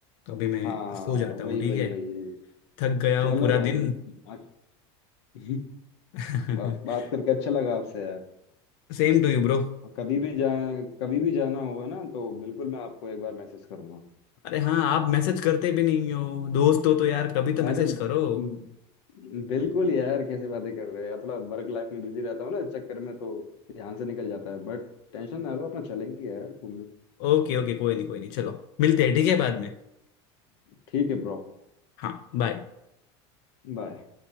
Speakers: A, on the left; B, on the left.
A: तो अभी
B: हाँ
A: मैं सो जाता
B: वही
A: हूँ ठीक
B: वही
A: है
B: वही
A: थक गया
B: चलो
A: हूँ पूरा
B: भाई
A: दिन
B: <laughs>
A: <laughs>
B: बात बात करके अच्छा लगा आपसे यार
A: Same to you bro
B: और कभी भी जा कभी भी जाना होगा ना तो बिल्कुल मैं आपको एक बार मैसेज करूंगा
A: अरे हाँ आप मैसेज करते भी नहीं हो दोस्त हो तो यार कभी तो
B: अरे
A: मैसेज
B: ब-
A: करो
B: बिल्कुल यार कैसे बातें कर रहे हो यार थोड़ा वर्क लाइफ में बिजी रहता हूँ ना इस चक्कर में तो ध्यान से निकल जाता है बट टेंशन ना लो अपना चलेंगे यार घूमने
A: ओके ओके कोई नहीं कोई नहीं चलो मिलते हैं ठीक है बाद में
B: ठीक है ब्रो
A: हाँ बाय
B: बाय